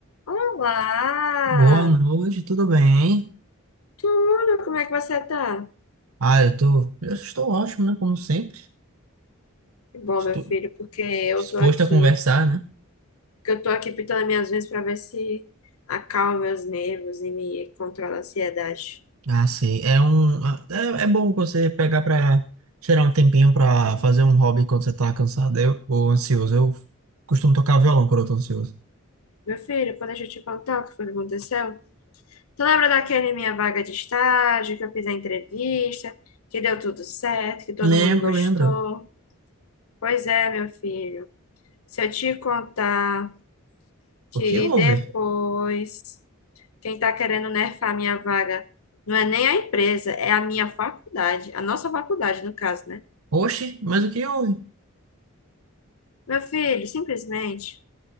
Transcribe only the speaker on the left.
Olá!
Tudo? Como é que você tá?
Que bom,
meu filho, porque eu
tô aqui,
porque eu tô aqui pintando minhas unhas pra ver se acalma meus nervos e me controla a ansiedade.
Meu filho, pô, deixa eu te contar o que foi que aconteceu. Tu lembra daquele minha vaga de estágio, que eu fiz a entrevista, que deu tudo certo, que todo
mundo gostou?
Pois é, meu filho. Se eu te contar que
depois Quem está querendo nerfar a minha vaga não é nem a empresa, é a minha faculdade, a nossa faculdade, no caso, né?
Meu filho, simplesmente